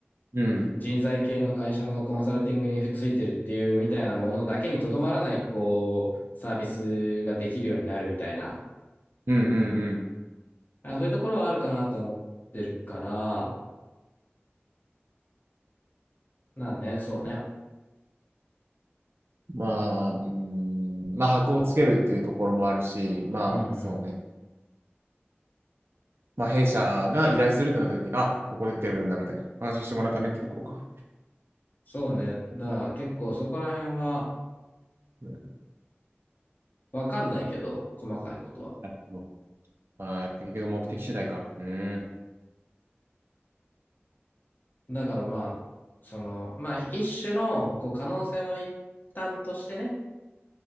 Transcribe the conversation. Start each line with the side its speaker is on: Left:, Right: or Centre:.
Right: うんうん。うん
Left: 人材系の会社のコンサルティングについてるっていうみたいなものだけにとどまらない、こう、サービスができるようになるみたいな。
Right: うんうんうん。
Left: あ、そういうところはあるかなとは思ってるから、まあね、そうね。
Right: まあ、うん、まあ、箔をつけるっていうところもあるし、まあ、
Left: うんうん。
Right: そうね。まあ、弊社が依頼するってなった時に、あ、ここで出てるんだ、みたいな。安心してもらうためってところか。
Left: そうね。だから結構そこら辺は
Right: うん、
Left: わかんないけど、細かいことは。
Right: あもうあーやっぱ結局目的次第か。うん。
Left: だからまあ、その、まあ一種のこう可能性の一端としてね、